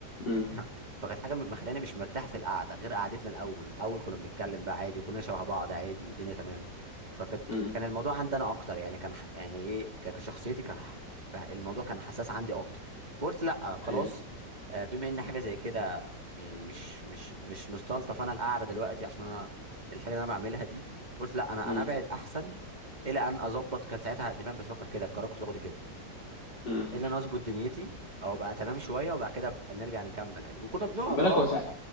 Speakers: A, on the left (about 85°); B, on the right (about 25°).
A: امم
B: <laughs> فكانت حاجه مخلاني مش مرتاح في القعده غير قعدتنا الاول الاول كنا بنتكلم بقى عادي وكنا شبه بعض عادي والدنيا تمام فكانت
A: امم
B: كان الموضوع عندي انا اكتر يعني كان ح- يعني ايه ك- كشخصيتي كان ح- الموضوع كان حساس عندي اكتر فقلت لا خلاص
A: ايوه
B: آه، بما ان حاجه زي كده يعني مش مش مش مستلطف انا القعده دلوقتي عشان انا الحاجه اللي انا بعملها دي قلت لا انا
A: امم
B: انا ابعد احسن الى ان اظبط كانت ساعتها الدماغ بتفكر كده القرار كنت باخده كده
A: امم
B: الا انا اظبط دنيتي او ابقى تمام شويه وبعد كده أبقى نرجع نكمل عادي وكنا بنقعد
A: خد بالك
B: اه
A: هو ساعات